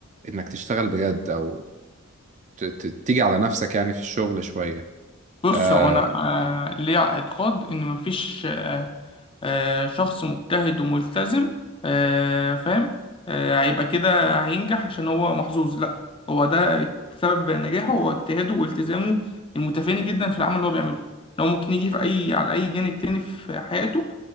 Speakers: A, on the right; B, on the left.
A: انك تشتغل بجد او ت... ت... تيجي على نفسك يعني في الشغل شوية
B: بص
A: آه،
B: هو انا آه، ليا اعتقاد ان مفيش آه، آه، شخص مجتهد وملتزم آه، فاهم آه، هيبقى كده هينجح عشان هو محظوظ لا هو ده سبب نجاحه هو اجتهاده والتزامه المتفاني جدا في العمل اللي هو بيعمله لو ممكن يجي في اي على اي جانب تاني في حياته